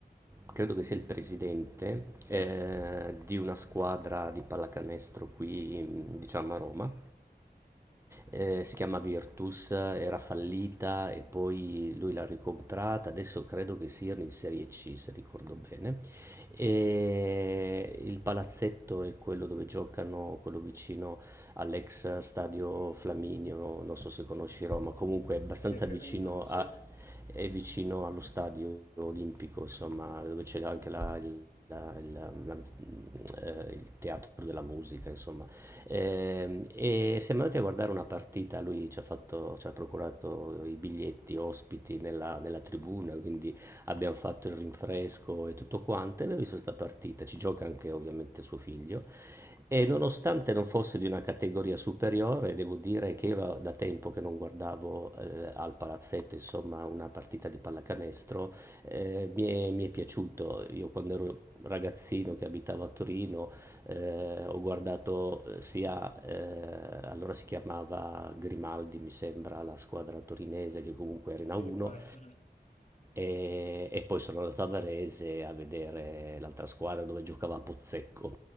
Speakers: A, on the right; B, on the left.
A: credo che sia il presidente,
B: Sì,
A: eh, di una squadra di pallacanestro qui, mm, diciamo a Roma, Ehm, si chiama Virtus, era fallita e poi lui l'ha ricomprata, adesso credo che siano in serie C se ricordo bene. E il palazzetto è quello dove giocano, quello vicino all'ex stadio Flaminio, non so se conosci Roma, comunque è abbastanza
B: sì, più
A: vicino
B: o meno, sì,
A: a- è vicino allo stadio olimpico, insomma, dove c'è anche la- il la- il- la- eh, il teatro della musica, insomma. Ehm, E, siamo andati a guardare una partita, lui ci ha fatto- ci ha procurato i biglietti ospiti nella, nella tribuna, quindi abbiamo fatto il rinfresco e tutto quanto, e abbiamo visto questa partita, ci gioca anche ovviamente suo figlio, e nonostante non fosse di una categoria superiore, devo dire che io era da tempo che non guardavo eh, al palazzetto, insomma, una partita di pallacanestro, eh, mi è, mi è piaciuto, io quando ero ragazzino che abitavo a Torino, eh, ho guardato eh, sia, eh, allora si chiamava Grimaldi, mi sembra, la squadra torinese che comunque era in
B: sì,
A: A1
B: può essere.
A: e, e poi sono andato a Varese a vedere l'altra squadra dove giocava Pozzecco,